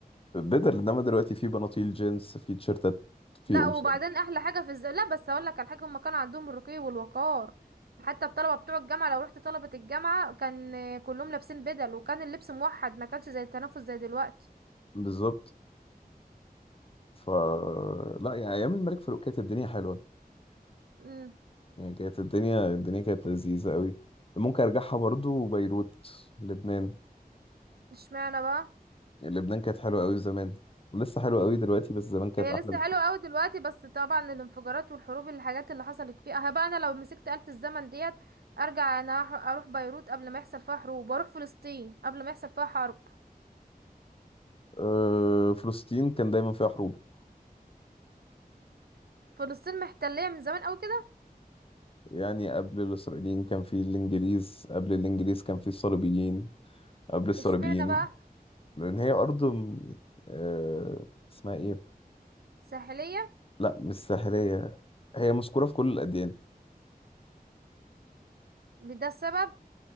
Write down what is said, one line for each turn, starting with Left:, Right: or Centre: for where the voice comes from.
Left: بدل انما دلوقتي في بناطيل جينز في تيشرتات في
Right: لا
Left: قمصان
Right: وبعدين احلى حاجه في الز... لا بس اقول لك على حاجه هم كان عندهم الرقي والوقار حتى الطلبه بتوع الجامعه لو رحت طلبه الجامعه كان آه، كلهم لابسين بدل وكان اللبس موحد ما كانش زي التنافس زي دلوقتي
Left: بالظبط ف لا يعني ايام الملك فاروق كانت الدنيا حلوه
Right: امم
Left: يعني كانت الدنيا الدنيا كانت لذيذة قوي ممكن ارجعها برضو بيروت لبنان
Right: اشمعنى بقى
Left: يعني لبنان كانت حلوة قوي زمان ولسه حلوة قوي دلوقتي بس زمان كانت
Right: هي
Left: احلى
Right: لسه
Left: بكتير
Right: حلوه قوي دلوقتي بس طبعا الانفجارات والحروب الحاجات اللي حصلت فيها ها بقى انا لو مسكت آلة الزمن ديت ارجع انا هح- اروح بيروت قبل ما يحصل فيها حروب واروح فلسطين قبل ما يحصل فيها حرب
Left: أه فلسطين كان دايما فيها حروب
Right: فلسطين محتليه من زمان قوي كده
Left: يعني قبل الاسرائيليين كان في الانجليز قبل الانجليز كان في الصليبيين قبل الصليبيين
Right: اشمعنى بقى
Left: لان هي ارض م- أه اسمها ايه
Right: ساحليه
Left: لا مش ساحلية هي مذكورة في كل الاديان
Right: ده السبب